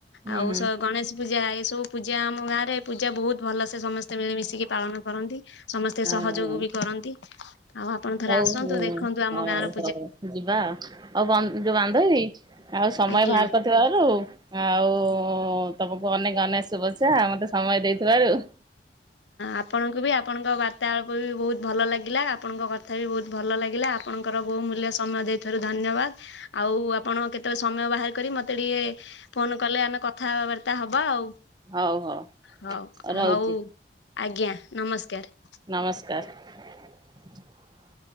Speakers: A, on the right (about 25°); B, on the left (about 85°).
A: ହୁଁ
B: ଆଉ
A: ହୁଁ
B: ସ ଗଣେଶ୍ ପୂଜା ଏ ସବୁ ପୂଜା ଆମ ଗାଁ ରେ ପୂଜା ବହୁତ ଭଲସେ ସମସ୍ତେ ମିଳିମିଶିକି ପାଳନ କରନ୍ତି। ସମସ୍ତେ
A: ଆଉ
B: ସହଯୋଗ ବି କରନ୍ତି ଆଉ ଆପଣ ଥରେ
A: ହଉ
B: ଆସନ୍ତୁ
A: ହୁଁ
B: ଦେଖନ୍ତୁ ଆମ
A: ହଉ
B: ଗାଁ ର
A: ହଉ ଯିବା ଆଉ ବନ୍ ଯୋଉ ବାନ୍ଧବି ଆଉ ସମୟ
B: ଆଜ୍ଞା।
A: ବାହାର କରିଥିବାରୁ ଆ ଆଉ ତମକୁ ଅନେକ ଅନେକ ଶୁଭେଚ୍ଛା ମତେ ସମୟ ଦେଇଥିବାରୁ।
B: ଆପଣଙ୍କୁ ବି ଆପଣଙ୍କ ବାର୍ତ୍ତାଳାପ ବି ବହୁତ ଭଲ ଲାଗିଲା ଆପଣଙ୍କ କଥା ବି ବହୁତ ଭଲ ଲାଗିଲା ଆପଣ ଙ୍କର ବହୁ ମୂଲ୍ୟ ସମୟ ଦେଇଥିବାରୁ ଧନ୍ୟବାଦ। ଆଉ ଆପଣ କେତେବେଳେ ସମୟ ବାହାର କରି ମତେ ଟିକେ କ ଫୋନ କଲେ ଆମେ କଥାବାର୍ତ୍ତା ହବା ଆଉ
A: ହଉ ହଉ
B: ହଉ
A: ରହୁଛି
B: ହଉ ଆଜ୍ଞା ନମସ୍କାର।
A: ନମସ୍କାର।